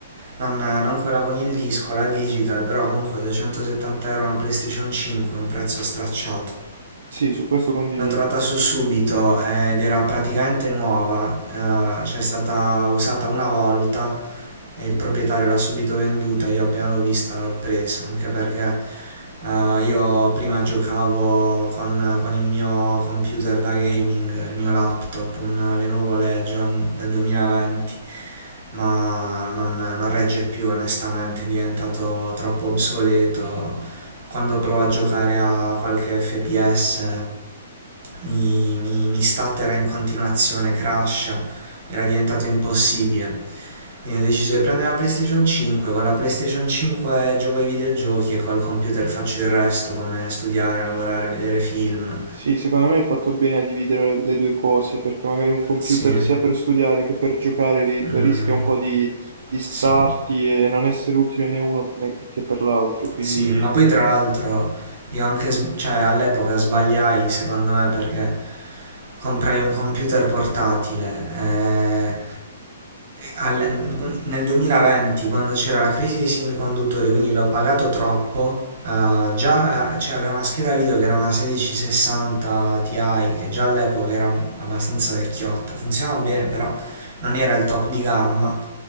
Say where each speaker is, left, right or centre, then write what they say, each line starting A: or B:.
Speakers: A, on the right (about 55°); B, on the right (about 75°).
A: Non, non quella con il disco, la digital, però comunque 270 euro una PlayStation 5 è un prezzo stracciato.
B: Sì, su questo condivido.
A: L'ho trovata su Subito eh, ed era praticamente nuova, eh, c'è stata usata una volta e il proprietario l'ha subito venduta, io appena l'ho vista l'ho presa, anche perché eh, io prima giocavo con, con il mio computer da gaming, il mio laptop, un Lenovo Legion del 2020, ma non, non regge più onestamente, è diventato troppo obsoleto. Quando provo a giocare a qualche FPS mi, mi, mi statterà in continuazione, crasha, era diventato impossibile. Quindi ho deciso di prendere la PlayStation 5, con la PlayStation 5 gioco ai videogiochi e col computer faccio il resto, come studiare, lavorare, vedere film.
B: Sì, secondo me hai fatto bene a dividere le due cose, perché magari un computer
A: Sì,
B: sia per studiare che per giocare ri-
A: mm,
B: rischia un po' di distrarti
A: sì.
B: e non essere utile né uno né- che per l'altro, quindi...
A: Sì, ma poi tra l'altro io anche, s- cioè all'epoca sbagliai secondo me perché comprai un computer portatile eh, al- nel 2020 quando c'era la crisi dei semiconduttori, quindi l'ho pagato troppo, eh, già eh, cioè, avevo una scheda video che era una 1660 Ti che già all'epoca era abbastanza vecchiotta, funzionava bene però non era il top di gamma